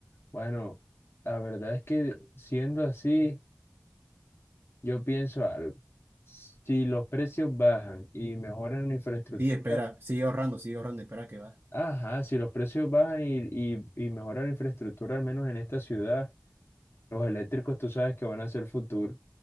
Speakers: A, on the left; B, on the right.
A: bueno, la verdad es que siendo así, yo pienso algo. Si los precios bajan y mejoran la infraestructura,
B: Sí, espera, sigue ahorrando, sigue ahorrando, espera que va.
A: Ajá, si los precios bajan y, y, y mejora la infraestructura, al menos en esta ciudad, los eléctricos tú sabes que van a ser futuro.